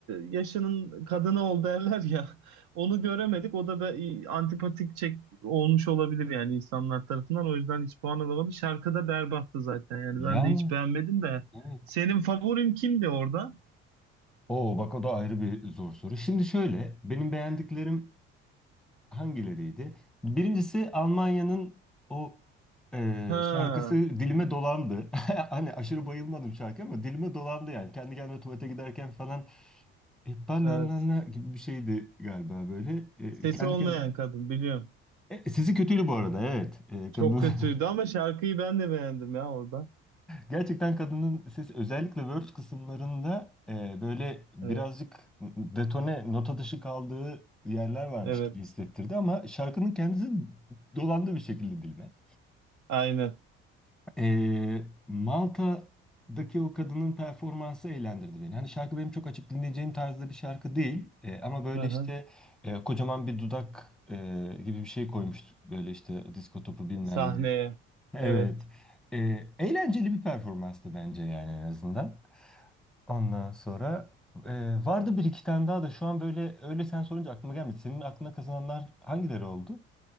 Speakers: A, on the right (about 70°); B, in the centre.
A: yaşının kadını ol derler ya <laughs> onu göremedik o da be- antipatik çek olmuş olabilir yani insanlar tarafından o yüzden hiç puan alamadı. Şarkı da berbattı zaten yani
B: Yani
A: ben de hiç beğenmedim de.
B: evet.
A: Senin favorin kimdi orada?
B: Oo bak o da ayrı bir zor soru. Şimdi şöyle benim beğendiklerim Hangileriydi? Birincisi Almanya'nın o e,
A: Ha
B: şarkısı dilime dolandı. <laughs> Hani aşırı bayılmadım şarkı ama dilime dolandı yani. Kendi kendime tuvalete giderken falan e, banana
A: evet
B: gibi bir şeydi galiba böyle. E,
A: sesi
B: kendi
A: olmayan
B: kendime.
A: kadın biliyorum.
B: E, sesi kötüydü bu arada evet. E, kadın
A: Çok kötüydü
B: <laughs>
A: ama şarkıyı ben de beğendim ya orada.
B: gerçekten kadının sesi özellikle verse kısımlarında e, böyle birazcık
A: Evet,
B: detone nota dışı kaldığı yerler varmış
A: evet.
B: gibi hissettirdi ama şarkının kendisi dolandı bir şekilde dilime.
A: Aynen.
B: Ee, Malta'daki o kadının performansı eğlendirdi beni. Hani şarkı benim çok açıp dinleyeceğim tarzda bir şarkı değil. Ee, ama böyle
A: Hı hı.
B: işte e, kocaman bir dudak e, gibi bir şey koymuştuk. Böyle işte disko topu bilmem
A: Sahneye.
B: ne. Evet.
A: Evet.
B: Ee, eğlenceli bir performanstı bence yani en azından. Ondan sonra e, vardı bir iki tane daha da şu an böyle öyle sen sorunca aklıma gelmedi. Senin aklına kazananlar hangileri oldu?